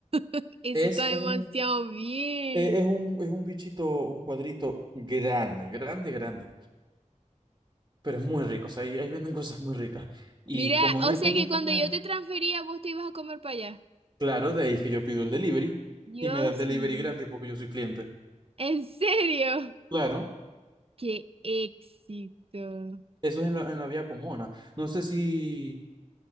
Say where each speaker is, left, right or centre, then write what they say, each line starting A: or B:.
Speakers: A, on the right; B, on the right.
A: <laughs> eso
B: Es
A: está demasiado
B: un
A: bien.
B: Eh, es un, es un bichito, un cuadrito grande, grande, grande, pero es muy rico, o sea, ahí, ahí venden cosas muy ricas. Y
A: Mira,
B: como
A: o
B: en estos
A: sea que
B: días
A: cuando
B: compré,
A: yo te transfería, vos te ibas a comer para allá.
B: claro, de ahí es que yo pido el delivery
A: Dios
B: y me dan delivery
A: mío,
B: gratis porque yo soy cliente.
A: ¿en serio?
B: Claro,
A: ¡Qué éxito!
B: eso es en la, en la vía Pomona. No sé si,